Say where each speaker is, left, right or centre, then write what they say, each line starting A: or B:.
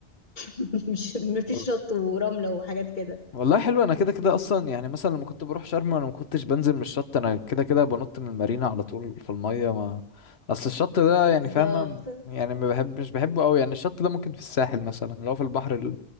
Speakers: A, on the left (about 45°); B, on the left (about 65°).
A: <laughs> مش مفيش
B: وال-
A: شط ورملة وحاجات كده
B: والله حلو انا كده كده اصلا يعني مثلا لما كنت بروح شرم انا ما كنتش بنزل من الشط انا كده كده بنط من المارينا على طول في المية ما اصل الشط ده يعني
A: بالظبط
B: فاهمة يعني ما بحب مش بحبه قوي يعني الشط ده ممكن في الساحل مثلا اللي هو في البحر ال...